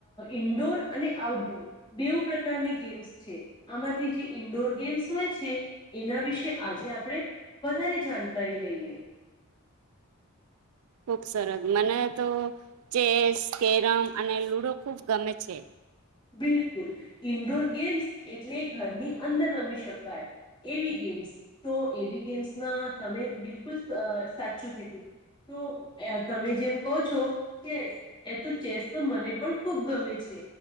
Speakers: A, on the left; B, on the right.
A: ઇન્ડોર અને આઉટડોર બેવ પ્રકારની ગેમ્સ છે, આમાંથી જે ઈન્ડોર ગેમ્સ હોય છે, એના વિશે આજે આપણે વધારે જાણકારી લઈએ.
B: ખુબ સરસ, મને તો ચેસ કેરમ અને લુડો ખુબ ગમે છે.
A: બિલકુલ ઈન્ડોર ગેમ્સ એટલે ઘરની અંદર રમી શકાય એવી ગેમ્સ તો એવી ગેમ્સમાં તમે બિલકુલ સાચું કીધું તો તમે જેમ કહો છો <unintelligible> ચેસ એ તો ચેસ તો મને પણ ખૂબ ગમે છે.